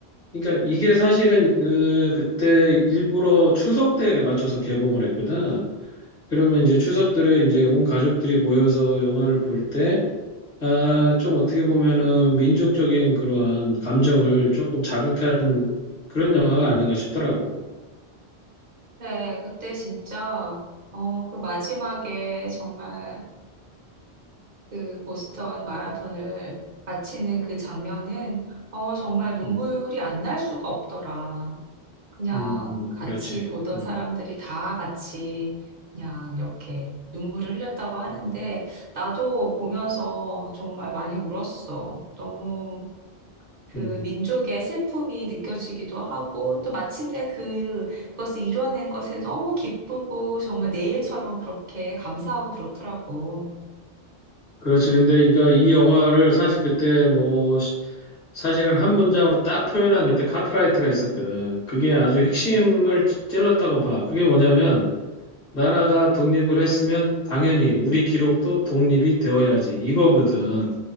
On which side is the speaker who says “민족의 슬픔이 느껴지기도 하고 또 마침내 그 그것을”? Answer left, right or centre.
Right